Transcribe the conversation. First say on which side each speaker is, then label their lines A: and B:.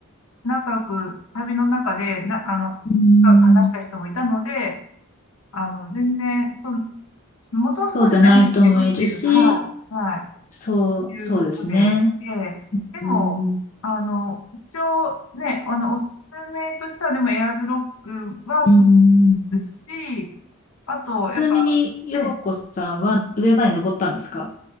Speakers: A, on the left (about 75°); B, on the left (about 35°).
A: 仲良く旅の中でな、あの、
B: うん。
A: 話した人もいたので、あの、全然、その、その元はそうじゃないんですけどっていう、
B: そうじゃない人もいるし、
A: はい、は
B: そう、
A: い、いうとこで、
B: そうですね。
A: で、でも、
B: うん、
A: あの、一応ね、あの、おすすめとしては、でもエアーズロックはすごい
B: うん。
A: ですし、あと、
B: ちなみに、
A: やっぱ、
B: 陽子さんは上まで登ったんですか
A: ええ、